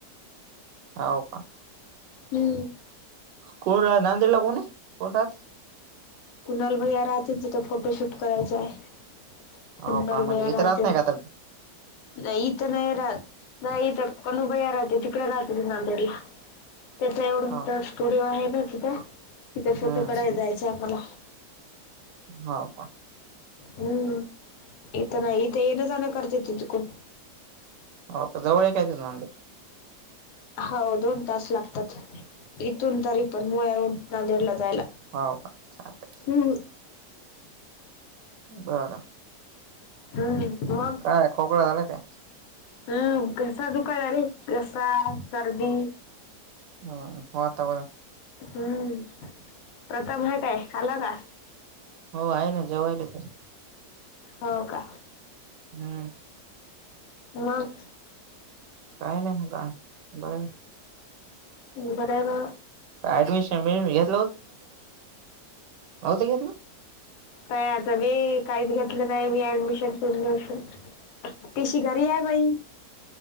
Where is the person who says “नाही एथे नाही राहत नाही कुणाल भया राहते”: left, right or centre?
Left